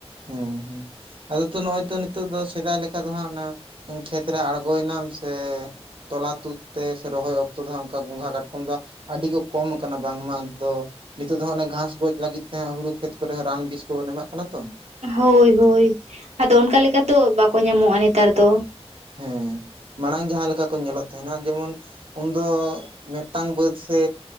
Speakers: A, on the right; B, on the right.
A: ᱦᱮᱸ ᱦᱮᱸ ᱟᱫᱚ ᱛᱚ ᱱᱚᱜᱼᱚᱭ ᱛᱚ ᱱᱤᱛᱚᱜ ᱫᱚ ᱥᱮᱫᱟᱭ ᱞᱮᱠᱟ ᱫᱚ ᱦᱟᱸᱜ ᱚᱱᱟ ᱠᱷᱮᱛᱨᱮ ᱟᱬᱜᱚᱭᱮᱱᱟᱢ ᱥᱮ, ᱛᱚᱞᱟ ᱛᱩᱫ ᱛᱮ ᱥᱮ ᱨᱚᱦᱚᱭ ᱚᱠᱛᱚ ᱫᱚ ᱚᱱᱠᱟ ᱜᱚᱝᱜᱷᱟ ᱠᱟᱴᱠᱚᱢ ᱫᱚ ᱟᱹᱰᱤ ᱠᱚ ᱠᱚᱢ ᱠᱟᱱᱟ ᱵᱟᱝᱢᱟ ᱫᱚ, ᱱᱤᱛᱚᱜ ᱫᱚ ᱚᱱᱮ ᱜᱷᱟᱥ ᱜᱚᱡ ᱞᱟᱹᱜᱤᱫ ᱛᱮ ᱦᱩᱲᱩ ᱠᱷᱮᱛ ᱠᱚᱨᱮ ᱨᱟᱱ ᱵᱤᱥ ᱠᱚᱵᱚᱱ ᱮᱢᱟᱜ ᱠᱟᱱᱟ ᱛᱚ ᱾
B: ᱦᱳᱭ ᱦᱳᱭ ᱟᱫᱚ ᱚᱱᱠᱟ ᱞᱮᱠᱟ ᱫᱚ ᱵᱟᱠᱚ ᱧᱟᱢᱚᱜᱼᱟ ᱱᱮᱛᱟᱨ ᱫᱚ ᱾
A: ᱦᱮᱸ ᱢᱟᱲᱟᱝ ᱡᱟᱦᱟᱸ ᱞᱮᱠᱟ ᱠᱚ ᱧᱮᱞᱚᱜ ᱛᱟᱦᱮᱱᱟ ᱡᱮᱢᱚᱱ ᱩᱱᱫᱚ ᱢᱤᱫᱴᱟᱝ ᱵᱟᱹᱫᱽ ᱥᱮ